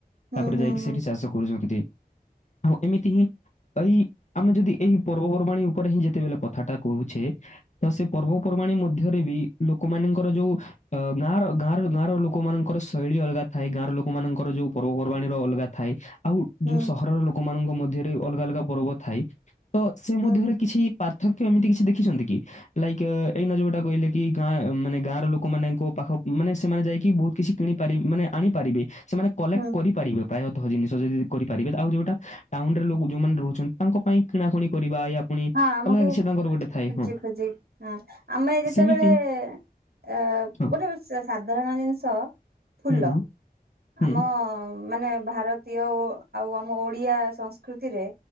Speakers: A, on the right; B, on the left.
A: ହୁଁ
B: ତାପରେ
A: ହୁଁ ହୁଁ ହୁଁ
B: ଯାଇକି ସେଠି ଚାଷ କରୁଛନ୍ତି ଆଉ ଏମିତି ହିଁ ଏଇ ଆମେ ଯଦି ଏଇ ପର୍ବପର୍ବାଣୀ ଉପରେ ହିଁ ଯେତେବେଳେ କଥାଟା କହୁଛେ, ତ ସେ ପର୍ବପର୍ବାଣୀ ମଧ୍ୟରେ ବି ଲୋକମାନଙ୍କର ଯୋଉ ଅ ଗାଁର ଗାଁର ଗାଁର ଲୋକମାନଙ୍କର ଶୈଳୀ ଅଲଗା ଥାଏ, ଗାଁର ଲୋକମାନଙ୍କର ଯୋଉ ପର୍ବପର୍ବାଣୀର ଅଲଗା ଥାଏ ଆଉ
A: ହୁଁ ହୁଁ
B: ଯଉ ସହରର ଲୋକମାନଙ୍କ ମଧ୍ୟରେ ଅଲଗା ଅଲଗା ପର୍ବ ଥାଏ, ତ ସେ ମଧ୍ୟରେ
A: ହୁଁ।
B: କିଛି ପାର୍ଥକ୍ୟ ଏମିତି କିଛି ଦେଖିଛନ୍ତି କି? ଲାଇକ୍ ଏଇ ନ ଯଉଟା କହିଲେ କି, ଗାଁ ମାନେ ଗାଁ ର ଲୋକ ମାନଙ୍କୁ ପାଖ ମାନେ ସେମାନେ ଯାଇକି ବହୁତ କିଛି କିଣିପାରି ମାନେ ଆଣିପାରିବେ। ସେମାନେ କଲେକ୍ଟ
A: ହଁ
B: କରିପାରିବେ ପ୍ରାୟତଃ ଜିନିଷ ଯଦି କରିପାରିବେ, ଆଉ ଯୋଉଟା ଟାଉନରେ ଲ ଯୋଉମାନେ ରହୁଛନ୍ତି, ତାଙ୍କ ପାଇଁ କିଣାକୁଣି କରିବା ୟା ପୁଣି
A: ଆମକୁ
B: ଅଲଗା କିଛି ତାଙ୍କର ଗୋଟେ ଥାଏ
A: ଖୋଜି
B: ହଁ
A: ଖୋଜି, ହଁ ଆମେ ଯେତେବେଳେ
B: ସେମିତି
A: ଅ
B: ହଁ
A: ଗୋଟେ ସାଧାରଣ ଜିନିଷ, ଫୁଲ
B: ହୁଁ ହୁଁ ହୁଁ
A: ଆମ ମାନେ ଭାରତ <unintelligible> ଆଉ ଆମ ଓଡିଆ ସଂସ୍କୃତିରେ